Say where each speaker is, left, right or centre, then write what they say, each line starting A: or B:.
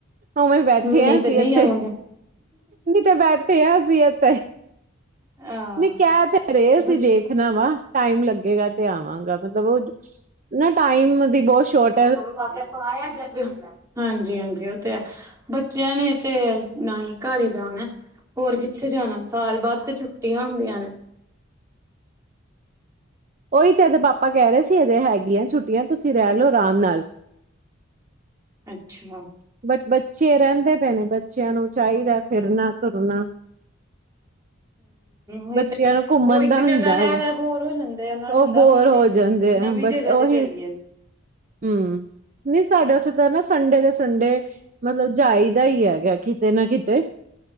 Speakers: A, on the right; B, on the right.
A: ਓਵੇਂ ਈ ਬੈਠੇ
B: ਨਹੀਂ
A: ਆ ਅਸੀ
B: ਤੇ ਨਹੀਂ
A: ਏੱਥੇ।
B: ਆਵਾਂਗੇ
A: ਨੀ ਤੇ ਬੈਠੇ ਆ ਅਸੀ ਏਤੇ,
B: ਆ
A: ਨੀ ਕੈਅ ਤੇ ਰਏ
B: ਕੁਛ
A: ਸੀ ਦੇਖ ਖਨਾ ਵਾ, ਟਾਈਮ ਲੱਗੇਗਾ ਤੇ ਆਵਾਂਗਾ, ਮਤਲਬ ਓਦ ਨਾ ਟਾਈਮ ਦੀ ਬੋਤ ਸ਼ੋਰਟ
B: <unintelligible> ਹਾਂਜੀ-ਹਾਂਜੀ, ਓ ਤੇ ਹੈ। ਬੱਚੇਆਂ ਨੇ ਤੇ, ਨਾਨੀ ਘਾਰ ਈ ਜਾਣੈ। ਹੋਰ ਕਿੱਥੇ ਜਾਨਾ, ਸਾਲ ਬਾਦ ਤੇ ਛੁੱਟੀਆਂ ਹੁੰਦੀਆਂ ਨੇ।
A: ਉਈ ਤੇ ਐਦੇ ਪਾਪਾ ਕੈ ਰਏ ਸੀ, ਹਜੇ ਹੈਗੀਆਂ ਛੁੱਟੀਆਂ, ਤੂਸੀ ਰੈਅ ਲੋ ਅਰਾਮ ਨਾਲ।
B: ਅੱਛਾ।
A: ਬਟ ਬੱਚੇ ਰੈਂਦੇ ਪਏ ਨੇ, ਬੱਚੇਆਂ ਨੂੰ ਚਾਈਦੈ ਫਿਰਨਾ-ਤੁਰਨਾ।
B: ਉਹੀ
A: ਬੱਚੇਆਂ
B: ਤੇ
A: ਨੂੰ ਘੁੰਮਨ
B: ਉਹ ਇੱਕ
A: ਦਾ ਹੁੰਦੈ
B: ਜਗ੍ਹਾ ਰਹਿ
A: ਹੈਗੈ,
B: ਰਹਿ ਬੋਰ ਹੋ ਜਾਂਦੇ ਉਹਨਾਂ ਨੂੰ
A: ਓ
B: ਹੁੰਦਾ
A: ਬੋਰ
B: ਹੁਣ ਅਸੀਂ
A: ਹੋ ਜਾਂਦੇ ਆ,
B: ਨਵੀਂ
A: ਬੱਚ
B: ਜਗ੍ਹਾ
A: ਓਹੀ,
B: ਤੇ ਚਲੀਏ
A: ਹੂੰ ਨੀ ਸਾਡੇ ਓਥੇ ਤਾਂ ਨਾ ਸ ਸੰਡੇ ਦੇ ਸੰਡੇ ਮਤਲਬ ਜਾਈਦਾ ਈ ਹੈਗੈ ਕਿਤੇ ਨਾ ਕਿਤੇ।